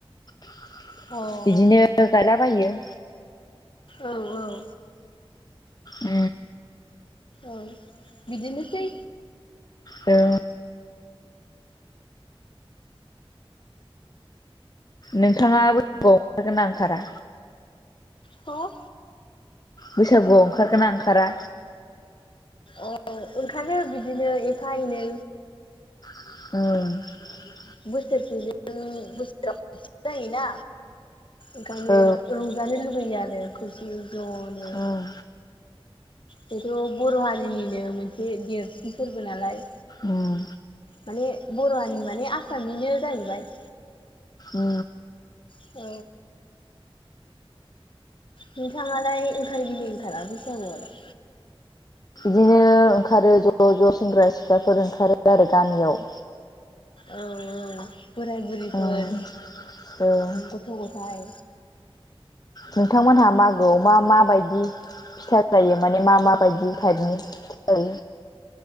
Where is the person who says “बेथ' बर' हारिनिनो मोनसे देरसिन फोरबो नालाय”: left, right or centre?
Left